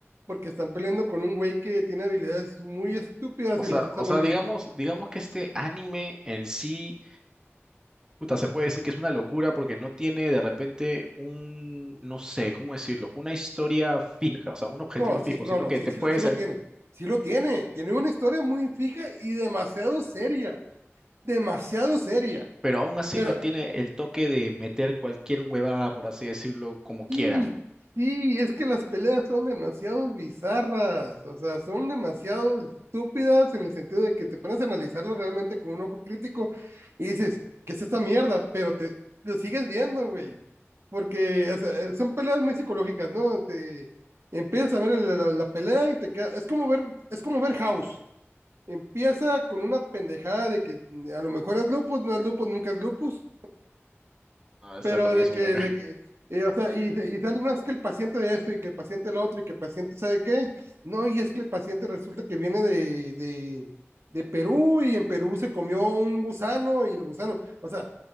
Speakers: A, on the right; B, on the right.
A: porque están peleando con un güey que tiene habilidades muy estúpidas
B: O
A: y
B: sea,
A: las usa
B: o
A: muy
B: sea,
A: bien.
B: digamos, digamos que este anime en sí, puta, se puede decir que es una locura porque no tiene de repente un, no sé, ¿cómo decirlo? Una historia fija, o sea, un objetivo
A: No,
B: fijo,
A: sí, no,
B: sino
A: no,
B: que
A: sí,
B: te
A: sí,
B: puedes,
A: lo- sí lo tiene. Sí lo tiene. Tiene una historia muy fija y demasiado seria, güey. Demasiado seria.
B: pero aún así
A: Pero
B: mantiene el toque de meter cualquier huevada, por así decirlo, como quieran.
A: Sí, sí, es que las peleas son demasiado bizarras, o sea, son demasiado estúpidas en el sentido de que te pones a analizarlo realmente con un ojo crítico y dices, ¿qué es esta mierda? Pero te lo sigues viendo, güey, porque o sea, eh, son peleas muy psicológicas, ¿no? Te empiezas a ver la, la- la pelea y te queda, es como ver, es como ver House. Empieza con una pendejada de que mm, a lo mejor es lupus, no es lupus, nunca es lupus
B: Ah, Este
A: pero
B: también
A: de
B: es
A: que,
B: un
A: de
B: meme.
A: que eh, o sea, y, y sale, no, es que el paciente de esto y que el paciente el otro y que el paciente sabe qué, no, y es que el paciente resulta que viene de, de, de Perú y en Perú se comió un gusano y el gusano, o sea,